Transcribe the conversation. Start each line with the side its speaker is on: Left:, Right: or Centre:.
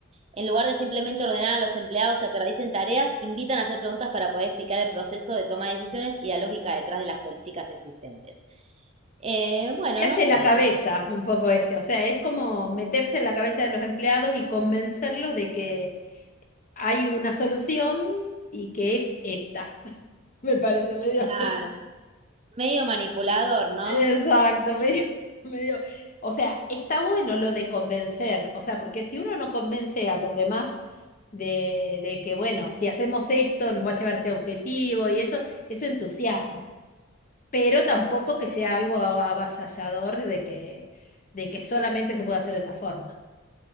Right: En lugar de simplemente ordenar a los empleados a que realicen tareas, invitan a hacer preguntas para poder explicar el proceso de toma de decisiones y la lógica detrás de las políticas existentes. Eh, bueno,
Left: te
Right: no
Left: hace
Right: sé,
Left: la cabeza
Right: no sé.
Left: un poco este. O sea, es como meterse en la cabeza de los empleados y convencerlos de que hay una solución y que es esta. Me parece medio,
Right: Claro,
Left: <laughs>
Right: medio manipulador, ¿no?
Left: Exacto, medio, medio. O sea, está bueno lo de convencer, o sea, porque si uno no convence a los demás de, de que, bueno, si hacemos esto, nos va a llevar a este objetivo y eso, eso entusiasma. Pero tampoco que sea algo a- avasallador de que, de que solamente se puede hacer de esa forma.